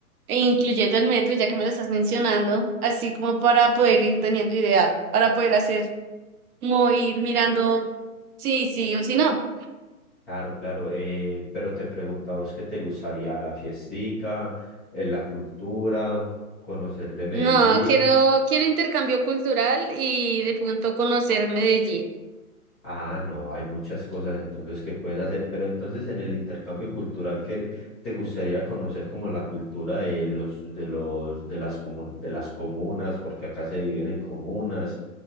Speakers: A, on the right; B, in the centre.
A: e incluyendo el metro, ya que me lo estás mencionando, así como para poder ir teniendo idea, para poder hacer, como ir mirando Sí, sí, o si no.
B: Claro, claro. eh, pero te preguntaba vos qué te gustaría, la fiestica, eh, la cultura, conocer de Medellín.
A: No, quiero, quiero intercambio cultural y de pronto conocer Medellín.
B: Ah, no, hay muchas cosas entonces que puedes hacer, pero entonces en el intercambio cultural que te gustaría conocer como la cultura de los de los de las comun- de las comunas, porque acá se dividen en comunas,